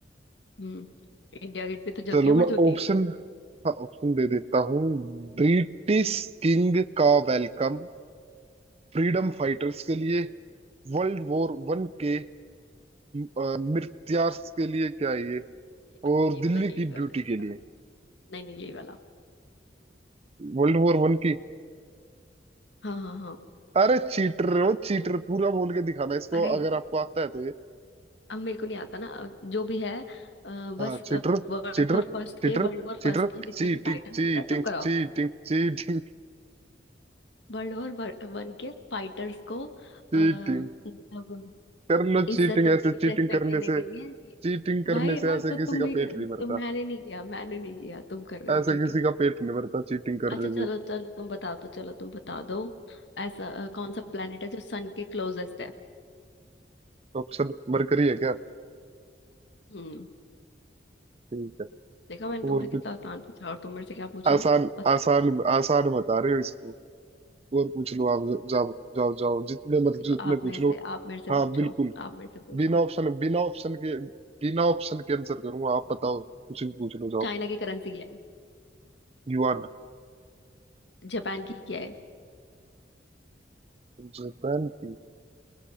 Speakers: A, on the left; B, on the right.
A: हम्म इंडिया गेट पे तो जलती
B: चलो
A: है अमर
B: मैं
A: ज्योति
B: ऑप्शन हाँ ऑप्शन दे देता हूँ ब्रिटिश
A: हम्म,
B: किंग का वेलकम फ्रीडम फाइटर्स के लिए वर्ल्ड वॉर वन के अ, मृत्यार्स के लिए क्या ये
A: ये वाला
B: और
A: यही
B: दिल्ली
A: वाला यही
B: की
A: वाला
B: ब्यूटी
A: यही
B: के
A: वाला
B: लिए
A: नहीं नहीं यही वाला
B: वर्ल्ड वॉर वन की
A: हाँ हाँ हाँ
B: अरे चीटर हो चीटर पूरा बोल के दिखाना इसको
A: अरे
B: अगर आपको आता है तो
A: अब मेरे को नहीं आता ना अ, जो भी है अ, बस
B: हाँ cheater
A: वर्ल्ड
B: cheater
A: वॉर फर्स्ट
B: cheater
A: के वर्ल्ड वॉर
B: cheater
A: फर्स्ट के जितने
B: cheating
A: भी फाइटर्स
B: cheating
A: थे ना चुप कराओ
B: cheating cheating
A: वर्ल्ड वॉर वन के फाइटर्स को अ,
B: Cheating
A: मतलब
B: कर लो
A: इज्जत
B: चीटिंग
A: देने
B: ऐसे
A: के
B: चीटिंग
A: लिए रेस्पेक्ट
B: करने
A: देने
B: से
A: के लिए
B: चीटिंग करने
A: भाई यार
B: से ऐसे
A: तो तुम
B: किसी का
A: भी कर
B: पेट नहीं भरता
A: तुम मैंने नहीं किया मैंने नहीं किया तुम कर रहे हो
B: ऐसे
A: चीटिंग
B: किसी का पेट नहीं भरता चीटिंग करने
A: अच्छा चलो
B: से
A: चलो तुम बता दो चलो तुम बता दो ऐसा अ, कौन सा प्लेनेट है जो सन के क्लोजेस्ट है
B: ऑप्शन मरकरी है क्या
A: हम्म
B: ठीक है
A: देखा मैंने तुमसे
B: और
A: कितना
B: कुछ
A: आसान पूछा और तुम मेरे से क्या पूछ
B: आसान
A: रहे हो पता
B: आसान आसान बता रहे हो इसको और पूछ लो आप ज- जाओ जाओ जाओ जितने मर्जी
A: चलो
B: उतने
A: आप मेरे
B: पूछ
A: से
B: लो
A: आप मेरे से
B: हाँ
A: पूछो
B: बिल्कुल
A: आप मेरे से पूछो
B: बिना ऑप्शन बिना ऑप्शन के बिना ऑप्शन के आंसर करूंगा आप बताओ कुछ भी पूछ लो जाओ
A: चाइना की करेंसी क्या है
B: युआन
A: जापान की क्या है
B: जापान की